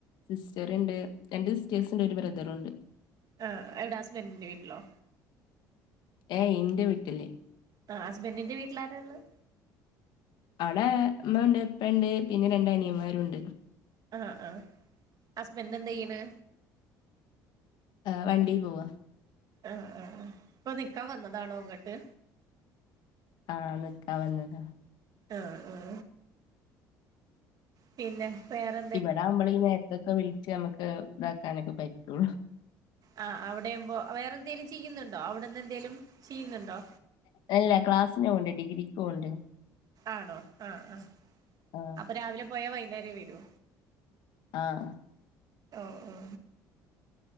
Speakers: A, on the left; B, on the right.
A: സിസ്റ്റർ ഇണ്ട് രണ്ട് സിസ്റ്റേഴ്സ് ഇണ്ട് ഒരു ബ്രദറുണ്ട്
B: ആ എവിടെ ഹസ്ബൻറിന്റെ വീട്ടിലോ
A: ഏയ് ഇന്റെ വീട്ടില്
B: ആ ഹസ്ബൻഡറിന്റെ വീട്ടിൽ ആരാ ഉള്ളത്
A: അവിടെ ഉമ്മ ഇണ്ട് ഉപ്പഇണ്ട് പിന്നെ രണ്ട് അനിയന്മാരും ഉണ്ട്
B: ആ ആ ഹസ്ബൻഡ് എന്ത ചെയ്യണ്
A: ആ വണ്ടിയിൽ പോവ
B: ആ ആ ആ ഇപ്പൊ നിക്കാൻ വന്നതാണോ ഇങ്ങോട്ട്
A: ആ നിൽക്കാൻ വന്നതാ
B: ആഹ് ആഹ് പിന്നെ വേറെ
A: ഇവിടെകുമ്പോള ഈ നേരത്തൊക്കെ വിളിച്ച് നമുക്ക് ഇതാക്കാനൊക്കെ പറ്റുള്ളൂ
B: അ അവിടെയുമ്പോ വേറെ എന്തെങ്കലും ചെയ്യുന്നുണ്ടോ അവിടെന്ന് എന്തേലും ചെയ്യുന്നുണ്ടോ
A: അല്ല ക്ലാസ്സിന് പോവുണ്ട് ഡിഗ്രിക്ക് പോവുണ്ട്
B: ആണോ ആഹ ആഹ
A: ആ
B: അപ്പൊ രാവിലെ പോയാ വൈകുന്നേര വരു
A: ആഹ
B: ഓ ഓ